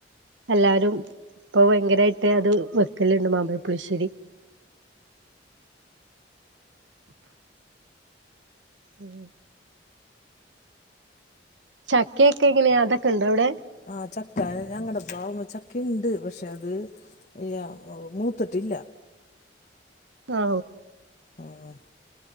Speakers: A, on the right; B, on the left.
A: എല്ലാരും ഇപ്പൊ ഭയങ്കരായിട്ട് അത് വെക്കലുണ്ട് മാമ്പഴപ്പുളിശ്ശേരി ഉം ചക്കയൊക്കെ എങ്ങനെയ അതൊക്കെ ഉണ്ടോ അവിടെ
B: ആ ചക്ക ഞങ്ങടെ പ്ലാവുമ്മേ ചക്ക ഇ ണ്ട് പക്ഷെ അത് അ മൂത്തിട്ടില്ല
A: ആ
B: ഉം ഉം